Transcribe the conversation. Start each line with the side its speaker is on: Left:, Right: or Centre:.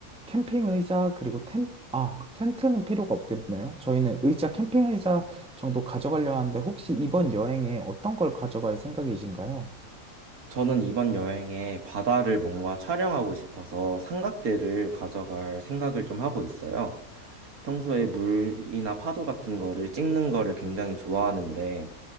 Centre: 캠핑 의자 그리고 텐 아, 텐트는 필요가 없겠네요. 저희는 의자, 캠핑 의자 정도 가져가려 하는데 혹시 이번 여행에 어떤 걸 가져갈 생각이신가요?
Right: 저는 이번 여행에 바다를 뭔가 촬영하고 싶어서 삼각대를 가져갈 생각을 좀 하고 있어요. 평소에 물이나 파도 같은 거를 찍는 거를 굉장히 좋아하는데,